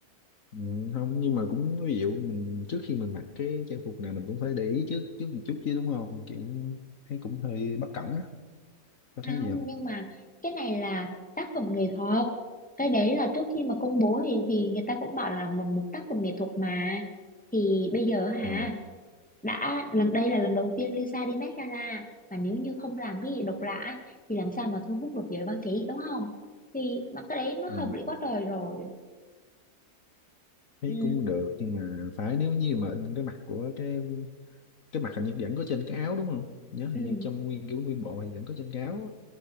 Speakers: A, on the left; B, in the centre.
A: ừ, không nhưng mà cũng ví dụ mình trước khi mình mặc cái trang phục nào mình cũng phải để ý trước trước một chút chứ đúng không kiểu thấy cũng hơi bất cẩn á có
B: không
A: thấy gì không
B: nhưng mà cái này là tác phẩm nghệ thuật cái đấy là trước khi mà công bố thì thì người ta cũng bảo là mà một tác phẩm nghệ thuật mà thì bây giờ hả
A: Ờ,
B: đã lần đây là lần đầu tiên Lisa đi Met Gala và nếu như không làm cái gì độc lạ thì làm sao mà thu hút được giới báo chí đúng không thì mà cái đấy nó
A: ừ,
B: hợp lý quá trời rồi
A: thấy
B: ừ,
A: cũng được nhưng mà phải nếu như mà in cái mặt của cái cái mặt hình như vẫn có trên cái áo đúng không nhớ hình
B: ừ,
A: như trong nguyên kiểu nguyên bộ thì vẫn có trên cái áo á.